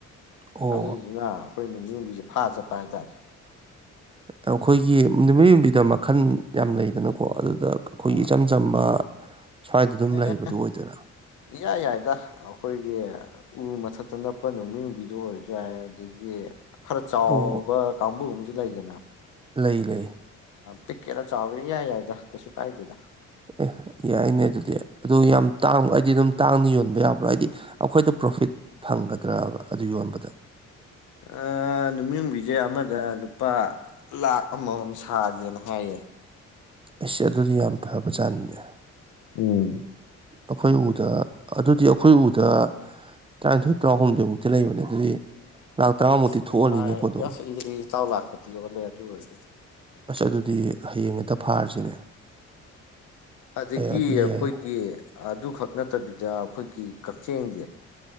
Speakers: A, on the right; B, on the left.
A: ꯑꯣ
B: ꯑꯗꯨꯗꯨꯅ ꯑꯩꯈꯣꯏ ꯅꯨꯃꯤꯠ ꯌꯨꯡꯕꯤꯁꯦ ꯐꯥ ꯆꯠꯄ ꯍꯥ <unintelligible>
A: ꯑꯩꯈꯣꯏꯒꯤ ꯅꯨꯃꯤꯠ ꯌꯨꯝꯕꯤꯗ ꯃꯈꯜ ꯌꯥꯝ ꯂꯩꯗꯅꯀꯣ ꯑꯗꯨꯗ ꯑꯩꯈꯣꯏꯒꯤ
B: ꯑꯥ
A: ꯏꯆꯝ ꯆꯝꯕ ꯑꯗꯥꯏꯗ ꯗꯨꯝ
B: ꯑꯦ
A: ꯂꯩꯕꯗꯨ ꯑꯣꯏꯗꯣꯏꯔꯥ
B: ꯏꯌꯥ ꯌꯥꯏꯗ ꯑꯩꯈꯣꯏꯒꯤ ꯎ ꯃꯊꯛꯇ ꯅꯛꯄ ꯅꯨꯃꯤꯠ ꯌꯨꯡꯕꯤꯗꯣ ꯑꯣꯏꯔꯖꯨ ꯌꯥꯏ ꯑꯗꯒꯤ ꯈꯔ ꯆꯥꯎꯕ
A: ꯑꯣ
B: ꯀꯥꯡꯕꯨ ꯑꯃꯁꯨ ꯂꯩꯗꯅ
A: ꯂꯩ ꯂꯩ
B: ꯄꯤꯛꯀꯦꯔ ꯆꯥꯎꯒꯦꯔ ꯏꯌꯥ ꯌꯥꯏꯗ ꯀꯩꯁꯨ ꯀꯥꯏꯗꯦꯗ
A: ꯑꯦ ꯌꯥꯏꯅꯦ ꯑꯗꯨꯗꯤ ꯑꯗꯨ ꯌꯥꯝ ꯇꯥꯡꯕ ꯍꯥꯏꯗꯤ ꯑꯗꯨꯝ ꯇꯥꯡꯅ ꯌꯣꯟꯕ ꯌꯥꯕ꯭ꯔꯥ ꯍꯥꯏꯗꯤ ꯑꯩꯈꯣꯏꯗ ꯄꯔꯣ ꯐꯤꯠ ꯐꯪꯒꯗ꯭ꯔꯕ ꯑꯗꯨ ꯌꯣꯟꯕꯗ
B: ꯑꯥ ꯅꯨꯃꯤꯌꯨꯡꯕꯤꯁꯦ ꯑꯃꯗ ꯂꯨꯄꯥ ꯂꯥꯛ ꯑꯃꯃꯝ ꯁꯥꯒꯦꯅ ꯍꯥꯏꯌꯦ
A: ꯑꯩꯁ ꯑꯗꯨꯗꯤ ꯌꯥꯝ ꯐꯕꯖꯥꯠꯅꯤꯅꯦ
B: ꯎꯝ
A: ꯑꯩꯈꯣꯏ ꯎꯗ ꯑꯗꯨꯗꯤ ꯑꯩꯈꯣꯏ ꯎꯗ ꯇꯔꯥꯅꯤꯊꯣꯏ ꯇꯔꯥꯍꯨꯝꯗꯣꯏꯃꯨꯛꯇꯤ ꯂꯩꯕꯅꯦ ꯑꯗꯨꯗꯤ ꯂꯥꯛ
B: <unintelligible>
A: ꯇꯔꯥꯃꯨꯛꯇꯤ ꯊꯣꯛꯑꯅꯤꯅꯦꯀꯣ ꯑꯗꯨꯝ ꯑꯁ ꯑꯗꯨꯗꯤ ꯍꯌꯦꯡ ꯍꯦꯛꯇ ꯐꯥꯔꯁꯤꯅꯦ
B: ꯑꯗꯒꯤ
A: ꯑꯦ ꯑꯗꯨ
B: ꯑꯩꯈꯣꯏꯒꯤ
A: ꯌꯥꯏ
B: ꯑꯗꯨꯈꯛ ꯅꯠꯇꯕꯤꯗ ꯑꯩꯈꯣꯏꯒꯤ ꯀꯛꯆꯦꯡꯁꯦ